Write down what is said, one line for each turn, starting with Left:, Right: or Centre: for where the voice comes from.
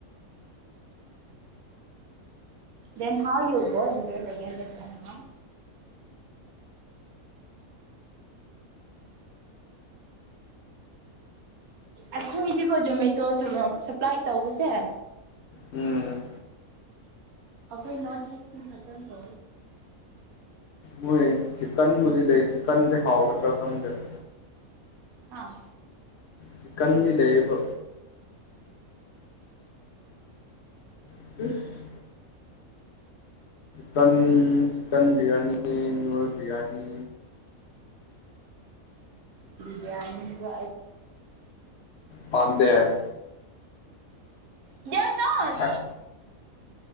Right: ꯗꯦꯟ ꯍꯥꯎ ꯌꯣꯒꯣ ꯏꯟ ꯍ ꯑꯩꯈꯣꯏꯗꯤꯀꯣ ꯖꯣꯃꯦꯇꯣ ꯁꯄ꯭ꯂꯥꯏ ꯇꯧꯕꯁꯦ
Left: ꯎꯝ
Right: ꯑꯈꯣꯏ ꯅꯣꯠ ꯏꯦꯁ ꯈꯇ ꯇꯣ
Left: ꯃꯣꯏ ꯆꯤꯛꯀꯟꯕꯨꯗꯤ ꯂꯩ ꯆꯤꯀꯟꯁꯦ ꯍꯥꯎꯒꯗ꯭ꯔꯥ ꯈꯪꯗꯔꯦ
Right: ꯑꯥ
Left: ꯆꯤꯀꯟꯗꯤ ꯂꯩꯌꯦꯕ <unintelligible> ꯇꯟ ꯇꯟ ꯕꯤꯔꯌꯥꯅꯤ ꯅꯨꯔ ꯕꯤꯔꯌꯥꯅꯤ
Right: ꯕꯤꯔꯌꯥꯅꯤ ꯑꯗꯨ
Left: ꯄꯥꯝꯗꯦ
Right: ꯗꯦꯠ ꯅꯣꯠ
Left: ꯑ